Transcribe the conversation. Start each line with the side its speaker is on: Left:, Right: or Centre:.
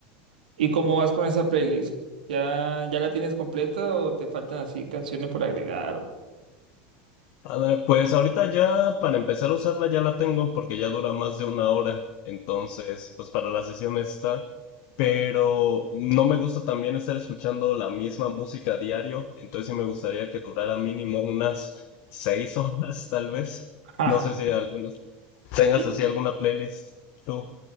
Right: ¿Y cómo vas con esa playlist? ¿Ya, ya la tienes completa o te faltan así canciones por agregar? o-
Left: A ver, pues ahorita ya para empezar a usarla ya la tengo porque ya dura más de una hora, entonces pues para la sesión está, pero no me gusta también estar escuchando la misma música diario, entonces sí me gustaría que durara mínimo unas seis horas tal vez.
Right: Ah.
Left: No sé si algunos tengas
Right: <laughs>
Left: así alguna playlist tú.